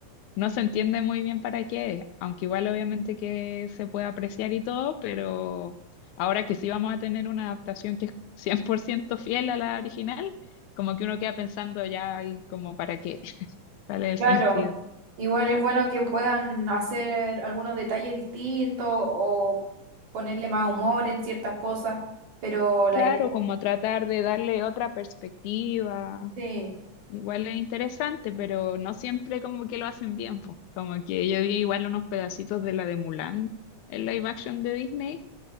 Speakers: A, on the left (about 75°); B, on the right (about 80°).
A: no se entiende muy bien para qué es, aunque igual obviamente que se puede apreciar y todo, pero ahora que sí vamos a tener una adaptación que es 100% fiel a la original, como que uno queda pensando ya y como para qué, <laughs> cuál es el
B: claro.
A: sentido.
B: Igual es bueno que puedan hacer algunos detalles distintos o ponerle más humor en ciertas cosas, pero la
A: Claro,
B: idea,
A: como tratar de darle otra perspectiva,
B: sí,
A: igual es interesante, pero no siempre como que lo hacen bien, pues. Como que yo vi igual unos pedacitos de la de Mulan, el live action de Disney